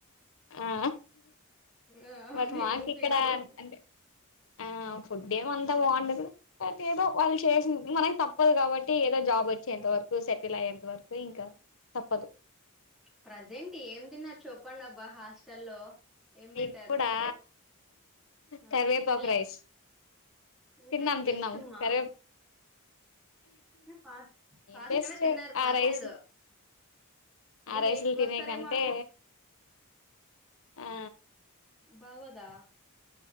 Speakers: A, on the left; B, in the centre.
A: ఆ
B: ఆ
A: బట్
B: మేము
A: మాకు
B: పజినది
A: ఇక్కడ అంటే ఆ ఫుడ్ ఏమంతా బాగుండదు ఏదో వాళ్ళు చేసి మనకు తప్పదు కాబట్టి ఏదో జాబ్ వచ్చేంత వరకు సెటిల్ అయ్యేంత వరకు ఇంకా తప్పదు
B: ప్రజెంట్ ఏం తిన్నారు చూపడి అబ్బా హాస్టల్లో ఏం పెట్టారు
A: ఇది కూడా కరివేపాక్
B: ఆ తిన్లే
A: రైస్
B: ఇంకా
A: తిన్నాం
B: ఏం
A: తిన్నాం
B: బెస్ట్ మా
A: సరే
B: ఫా ఫాస్ట్
A: బెస్ట్
B: గానే తిన్నారు పర్లేదు
A: ఆ రైస్
B: నేను
A: ఆ రైసులు
B: ఎయిట్కి
A: తినే
B: వస్తారేమో
A: కంటే ఆ
B: బాగుదా